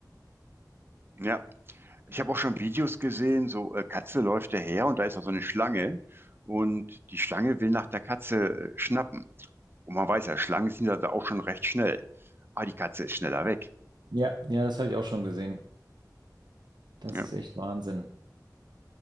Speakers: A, on the right; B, on the right.
A: ja, Ich habe auch schon Videos gesehen, so äh, Katze läuft daher und da ist noch so eine Schlange und die Schlange will nach der Katze äh, schnappen. Und man weiß ja, Schlangen sind ja da auch schon recht schnell. Ah, die Katze ist schneller weg.
B: Ja, ja, das habe ich auch schon gesehen. Das
A: Ja,
B: ist echt Wahnsinn.